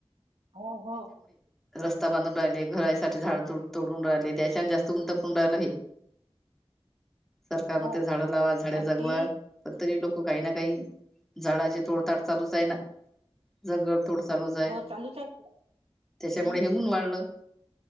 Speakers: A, on the right (about 75°); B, in the centre.
A: हो हो.
B: रस्ता बांधून राहिले, घरासाठी झाड तुड तोडून राहिले, त्याच्यान जास्त ऊन तपून राहिला हे सरकार म्हणतंय
A: हो
B: झाडं लावा झाडे
A: आणि
B: जगवा
A: ते
B: पण तरी लोक काही ना काही झाडाचे तोडताड चालूच आहे ना जंगल तोड चालूच आहे
A: हो चालूच आहे
B: त्याच्यामुळे
A: हं,
B: हे ऊन वाढलं